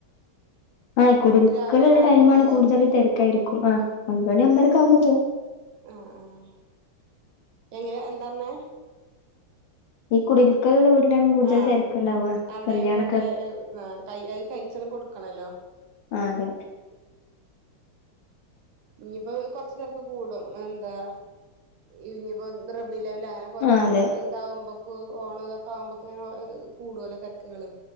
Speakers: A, on the left; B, on the right.
A: ആഹ് കുടിരിക്കലള്ള
B: രാവിലെ നേർത്തെ
A: ടൈംമാണ്
B: പോവോ
A: കൂടുതൽ തിരക്കായിരിക്കും ആഹ് ഒൻപത് മണി അമ്പരൊക്കെ ആവുമ്പോ പോവും
B: ആഹ് ഹ് എങ്ങനെ എന്താണ്
A: ഈ കുടിരിക്കലുള്ള വീട്ടിലാണ് കൂടുതൽ
B: ആഹ്
A: തിരക്കുണ്ടാവുക
B: അവിടെ
A: കല്യാണൊക്കെ
B: അങ്ങനെ ക അത് കഴിച്ചണം കൊടുക്ക ക്കണല്ലോ
A: ആഹ് അതെ
B: ഇനിയിപ്പോ കുറച്ച് തിരക്ക് കൂടും എന്താ ഇനിപ്പോ നറബിലവൽ അങ്ങനെ കുറെ
A: ആഹ് അതെ
B: ഇതാവുമ്പോക്ക് ഓണം ഇതൊക്കെ ആകുമ്പോക്ക ഇങ്ങനെ കൂടുല്ലോ തിരക്കുകള്